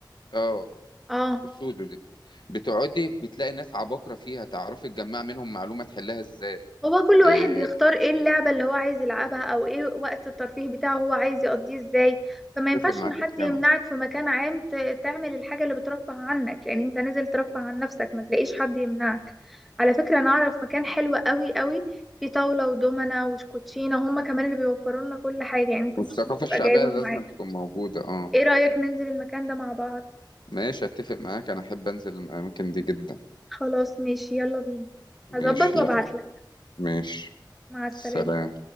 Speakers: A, on the left; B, in the centre.
A: اه
B: اه
A: السوداني بتقعدي بتلاقي ناس عباقرة فيها تعرفي تجمع منهم معلومة تحلها ازاي
B: هو كل
A: إيه،
B: واحد بيختار ايه اللعبة اللي هو عايز يلعبها او ايه وقت الترفيه بتاعه هو عايز يقضيه ازاي فما ينفعش
A: اتفق معاك
B: ان حد
A: في كلامك
B: يمنعك في مكان عام ت- تعمل الحاجة اللي بترفه عنك يعني انت نازل ترفه عن نفسك ما تلاقيش حد يمنعك على فكرة انا اعرف مكان حلو قوي قوي فيه طاولة ودومنة وشكوتشينة هما كمان اللي بيوفروا لنا كل حاجة يعني انت
A: والثقافة
B: مش هتبقى
A: الشعبية
B: جايبهم
A: لازم
B: معاك
A: تكون موجودة اه
B: ايه رأيك ننزل المكان ده مع بعض
A: ماشي اتفق معاك انا احب انزل الاماكن دي جدا
B: خلاص ماشي يلا بينا
A: ماشي
B: هظبط وابعتلك
A: يلا ماشي
B: مع السلامة
A: سلام